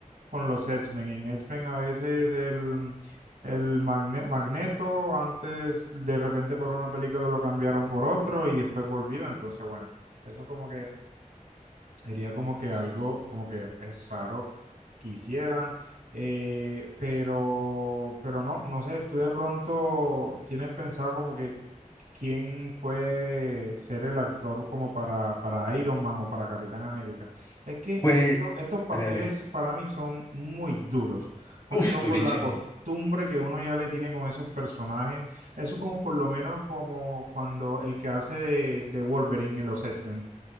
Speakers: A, on the right; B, on the left.
A: con los X-Men. En X-Men a veces el, el Magne- Magneto antes de repente por una película lo cambiaron por otro y después volvió. Entonces, bueno, eso como que sería como que algo como que es raro que hicieran. eh, pero, pero no, no sé, tú de pronto tienes pensado como que quién puede ser el actor como para, para Iron Man o para Capitán América. Es que
B: Pues,
A: esto- estos papeles
B: dale, dale.
A: para mí son muy duros, más
B: Uf,
A: que todo
B: durísimo.
A: por la costumbre que uno ya le tiene con esos personajes. Eso como por lo menos como cuando el que hace de, de Wolverine en los X-Men.